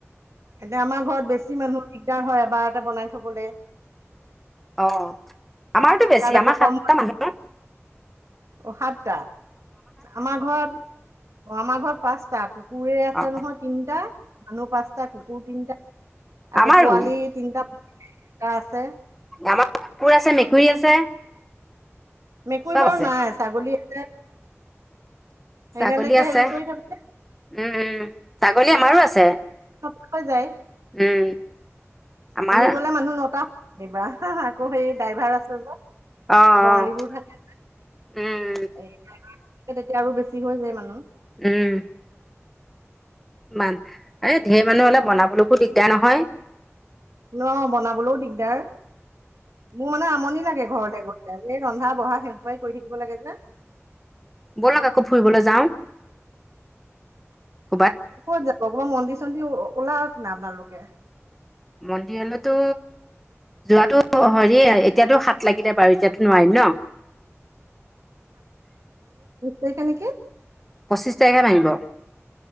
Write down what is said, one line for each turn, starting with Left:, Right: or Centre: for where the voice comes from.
Right: এতিয়া আমাৰ ঘৰত বেছি মানুহ দিগদাৰ হয় এবাৰ এটা বনাই থবলৈ।
Centre: অ আমাৰতো বেছি
Right: ইয়াত আকৌ
Centre: আমাৰ সাতটা
Right: কম
Centre: মানুহ।
Right: অ সাতটা, আমাৰ ঘৰত, অ আমাৰ ঘৰত পাঁচটা। কুকুৰে আছে
Centre: অ
Right: নহয় তিনিটা, মানুহ পাঁচটা কুকুৰ তিনিটা। আকৌ
Centre: আমাৰো
Right: পোৱালি তিনিটা, টা আছে।
Centre: আমাৰ কুকুৰ আছে মেকুৰী আছে
Right: মেকুৰী
Centre: চব
Right: বাৰু
Centre: আছে।
Right: নাই ছাগলী আছে সেইগালেকে
Centre: ছাগলী আছে
Right: হেৰি কৰি থাকোনে।
Centre: উম উম ছাগলী আমাৰো আছে,
Right: নটা হৈ যায়
Centre: উম। আমাৰ
Right: আমি গ'লে মানুহ নটা, হিবা হা আকৌ হেৰি ড্ৰাইভাৰ আছে যে।
Centre: অ অ
Right: বঙালী বোৰ থাকে,
Centre: উম
Right: এই তেতিয়া আৰু বেছি হৈ যায় মানুহ।
Centre: উম। ইমান এ ঢেৰ মানুহ অলপ বনাবলৈকো দিগদাৰ নহয়।
Right: ন বনাবলৈও দিগদাৰ। মোৰ মানে আমনি লাগে ঘৰতে গৈ এই ৰন্ধা বঢ়া সেহুৱাই কৰি থাকিব লাগে যে।
Centre: বলক আকৌ ফুৰিবলৈ যাওঁ। ক'ৰবাত
Right: কত যাব কব মন্দিৰ চন্দিৰ ওলাওক না আপোনালোকে।
Centre: মডিল ত। যোৱাাতো হৰি এতিয়াতো হাত লাগিলে বাৰু এতিয়াতো নোৱাৰিম ন।
Right: সখানে কি।
Centre: পঁচিশ তাৰিখে ভাঙিব,